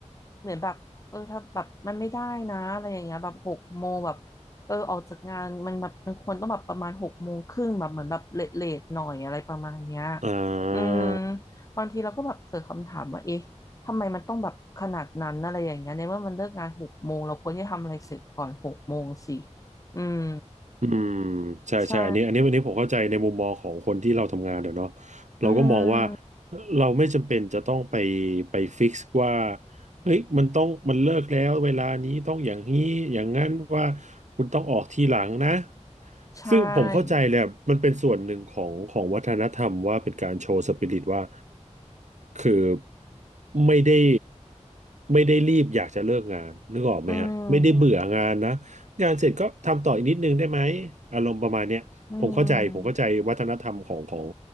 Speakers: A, on the left (about 25°); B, on the right (about 70°).
A: เหมือนแบบเออถ้าแบบมันไม่ได้นะอะไรอย่างเงี้ยแบบหกโมงแบบ เออออกจากงานมันแบบมันควรต้องแบบประมาณหกโมงครึ่งแบบเหมือนแบบเลทเลทหน่อยอะไรประมาณเนี้ย
B: อ่
A: อืม
B: า
A: บางทีเราก็แบบเกิดคำถามว่าเอ๊ะทำไมมันต้องแบบขนาดนั้นอะไรอย่างเงี้ยในเมื่อมันเลิกงานหกโมงเราควรที่จะทำอะไรเสร็จก่อนหกโมงสิอืม
B: อืมใช่ใช่อันนี้อันนี้วันนี้ผมเข้าใจในมุมมองของคนที่เราทำงานเดี๋ยวเนาะ
A: ใช่อืม
B: เราก็มองว่าเราไม่จำเป็นจะต้องไปไปฟิกซ์ว่าเฮ้ยมันต้องมันเลิกแล้วเวลานี้ต้องอย่างนี้อย่างนั้นว่าคุณต้องออกทีหลังนะ
A: ใช่
B: ซึ่งผมเข้าใจแหละมันเป็นส่วนหนึ่งของของวัฒนธรรมว่าเป็นการโชว์สปิริตว่าคือไม่ได้ไม่ได้รีบอยากจะเลิกงานนึกออกไหมฮะไม่ได้เบื่องานนะ
A: อืม
B: งานเสร็จก็ทำต่ออีกนิดนึงได้ไหมอารมณ์ประมาณเนี้ยผมเข้าใจผมเข้าใจวัฒนธรรมของของ
A: อืม